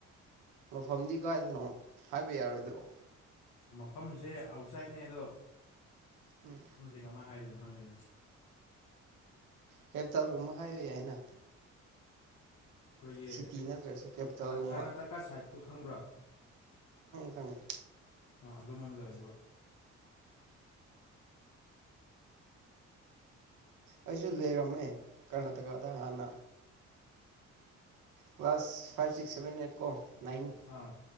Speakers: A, on the right (about 85°); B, on the left (about 85°).
A: ꯃꯐꯝꯗꯤ ꯀꯥꯏꯗꯅꯣ ꯍꯥꯏꯕ ꯌꯥꯔꯣꯏꯗ꯭ꯔꯣ
B: ꯃꯐꯝꯁꯦ ꯑꯥꯎꯠꯁꯥꯏꯠꯅꯦ ꯑꯗꯣ
A: ꯎꯝ
B: ꯃꯐꯝꯁꯤ ꯀꯃꯥꯏ ꯍꯥꯏꯗꯣꯏꯅꯣ ꯐꯔꯦ
A: ꯀꯦꯄꯤꯇꯥꯜꯒꯨꯝꯕ ꯍꯥꯏꯕ ꯌꯥꯏꯅ
B: ꯑꯩꯈꯣꯏꯒꯤ
A: ꯁꯤꯇꯤ ꯅꯠꯇ꯭ꯔꯁꯨ ꯀꯦꯄꯤꯇꯥꯜꯒꯨꯝꯕ
B: ꯀꯔꯅꯥꯇꯀꯥ ꯁꯥꯏꯠꯇꯠꯇꯨ ꯈꯪꯕ꯭ꯔꯣ
A: ꯈꯪꯉꯤ
B: ꯑꯥ ꯑꯗꯨꯝꯂꯣꯝ ꯂꯩꯕ
A: ꯑꯩꯁꯨ ꯂꯩꯔꯝꯃꯦ ꯀꯔꯅꯥꯇꯀꯥꯗ ꯍꯥꯟꯅ class five six seven eight ꯀꯣ ꯅꯥꯏꯟ
B: ꯑꯥ